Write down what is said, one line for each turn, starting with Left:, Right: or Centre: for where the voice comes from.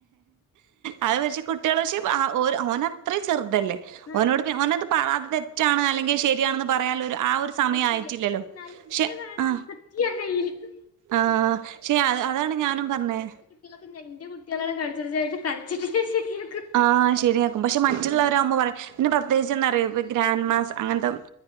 Right: അത് വച്ച് കുട്ട്യാള് പക്ഷെ അ ഓന അത്ര ചെറുതല്ലേ..
Left: ആഹ്
Right: ഓനോട്
Left: എന്നട്ട്
Right: ഓനത്
Left: എനിക്ക്
Right: അത് തെറ്റാണ് അല്ലെങ്കിൽ ശരി യാണെന്ന് പറയാ ള്ള ആ ഒരു സമയം
Left: ആയിട്ടില്ല
Right: ആയിട്ടില്ലല്ലോ
Left: പക്ഷെ എന്നാലും
Right: പക്ഷെ
Left: എനിക്കതാടാ
Right: ആ
Left: അക്സെപ്റ്റ് ചെയ്യാൻ കഴിയില്ല
Right: ആഹ് ശെ അതാണ് ഞാനും പറഞ്ഞേ
Left: കുട്ടികളൊക്കെന്റെ ഇൻ്റെകുട്ടികളെ കടിച്ച്ട്ട്ച്ചി്ന്റെ. <unintelligible>
Right: ആഹ് ശെരിയാക്കും പക്ഷെ മറ്റുള്ളവരാവുമ്പോ പറിം പിന്നെ പ്രത്യേകിച്ച് എന്തറിയൊ പ്പ ഗ്രാൻഡ് മാസ് അങ്ങൻത്തെ..